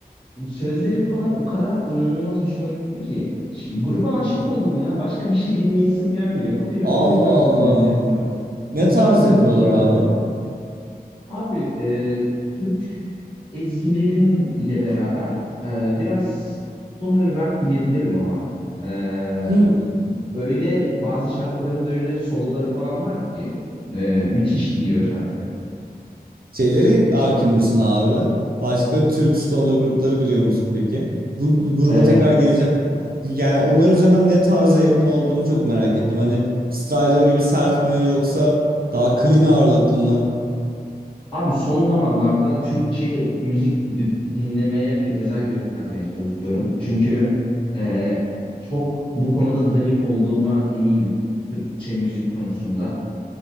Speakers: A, on the left (about 30°); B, on the right (about 65°).
A: sözleri falan o kadar inanılmaz hoşuma gitti ki. Ş- Gruba aşık oldum ya. Başka bir şey dinleyesim gelmiyor. Habire
B: Allah
A: onların şarkılarını
B: Allah.
A: dinleyesim var.
B: Ne
A: İki
B: tarz
A: gündür
B: yapıyorlar
A: çok
B: abi?
A: takıldım. Abi e, Türk ezgilerin ile beraber e, biraz sonları rock diyebilirim ama e,
B: Hmm.
A: öyle bazı şarkıların da öyle soloları falan var ki e, müthiş gidiyor şarkı.
B: Şeyleri hakim
A: Ki-
B: misin abi? Başka Türk stoner grupları biliyor musun peki? Bu gruba
A: E,
B: tekrar geleceğim ama yani onlar üzerinden ne tarza yakın olduğunu çok merak ettim. Hani Strider gibi sert mi yoksa daha clean ağırlıklı mı?
A: Abi son zamanlarda Türkçe müzik
B: Hı.
A: di- dinlemeye bir özen göstermeye çalışıyorum. Çünkü e, çok bu konuda zayıf olduğuma eminim Türkçe müzik konusunda.